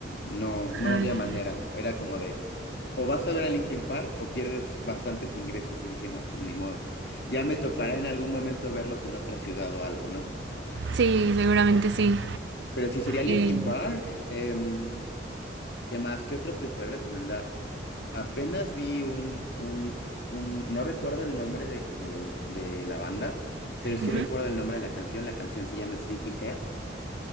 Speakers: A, on the left; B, on the right.
A: No, no
B: Ala.
A: había manera. Era como de o vas a ver a Linkin Park o pierdes bastantes ingresos y dije, no, pues ni modo. Ya me tocará en algún momento verlos en otra ciudad o algo, ¿no?
B: Sí, seguramente sí.
A: Pero si sería Linkin
B: Eh,
A: Park, em, ¿qué más? ¿Qué otro te puedo recomendar? Apenas vi un, un, un- no recuerdo el nombre de, del- de la banda, pero sí
B: Ujú.
A: recuerdo el nombre de la canción. La canción se llama Sleepyhead.